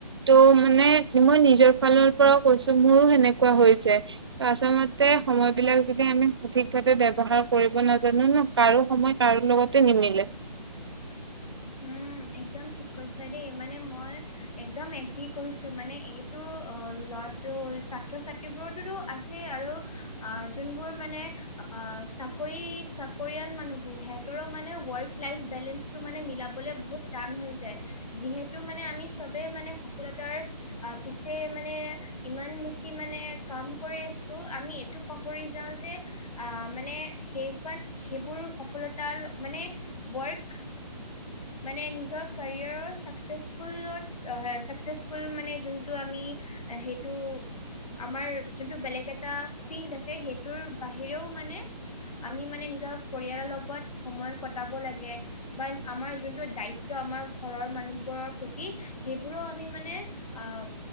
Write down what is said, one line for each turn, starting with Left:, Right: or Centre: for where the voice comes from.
Right: ত' মানে যে মই নিজৰ ফালৰ পৰাও কৈছো মোৰো সেনেকুৱা হৈ যায়। আচলতে সময়বিলাক যদি আমি সঠিকভাৱে ব্যৱহাৰ কৰিব নাজানো ন', কাৰো সময় কাৰো লগতে নিমিলে।
Left: উম একদম ঠিক কৈছা দেই, মানে মই একদম এগ্ৰী কৰিছোঁ মানে এই <unintelligible> ছাত্ৰ-ছাত্ৰীবোৰৰ তোটো আছেই আৰু আ যোনবোৰ মানে আ চাকৰি চাকৰিয়াল মানুহবোৰ, সিহঁতৰো মানে ৱৰ্ক লাইফ বেলেঞ্চটো মানে মিলাব বহুত টান হৈ যায়, যিহেতু মানে আমি চবেই মানে সফলতাৰ আহ পিছে মানে ইমান বেছি মানে কাম কৰি আছো, আমি এইটো পাহৰি যাওঁ যে, আ মানে সেইপান সেইবোৰ সফলতাৰ মানে ৱৰ্ক মানে নিজৰ কেৰিয়াৰৰ ছাকচেছফুলত এ ছাকচেছফুল মানে যোনটো আমি সেইটো আমাৰ যোনটো বেলেগ এটা ফিল্ড আছে সেইটোৰ বাহিৰেও মানে আমি মানে নিজৰ পৰিয়ালৰ লগত সময় কটাব লাগে বা আমাৰ যোনটো দায়িত্ব আমাৰ ঘৰৰ মানুহবোৰৰ প্ৰতি সেইবোৰো আমি মানে অ'